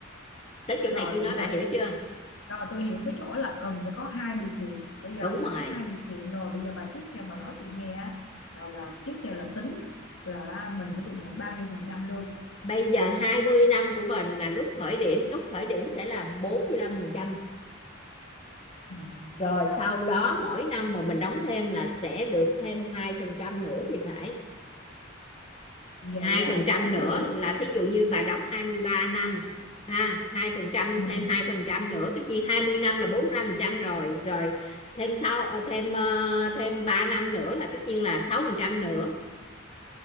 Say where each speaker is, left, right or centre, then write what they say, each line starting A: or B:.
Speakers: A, on the left (about 30°); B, on the left (about 80°).
A: tới chỗ này
B: rồi
A: tôi nói
B: bây giờ
A: bà hiểu chưa
B: Rồi tôi hiểu cái chỗ là cần phải có hai điều kiện. Bây giờ
A: đúng
B: thỏa
A: rồi
B: hai điều kiện rồi, bây giờ bà tiếp theo bà nói tôi nghe á, là là tiếp theo là tính là mình sẽ được nhận bao nhiêu phần trăm lương.
A: bây giờ 20 năm của mình là lúc khởi điểm lúc khởi điểm sẽ là bốn mươi lăm phần trăm
B: Ừ,
A: rồi
B: vậy là
A: sau đó mỗi năm mà mình đóng thêm là sẽ được thêm 2% nữa thì phải
B: vậy
A: hai
B: là
A: phần trăm
B: giả
A: nữa
B: sử
A: là thí dụ như bà đóng 23 năm ha hai phần trăm
B: ừ.
A: thêm hai phần trăm nữa tất nhiên 20 năm là 45 phần trăm rồi rồi thêm sau ờ, thêm ờ, thêm 3 năm nữa là tất nhiên là 6 phần trăm nữa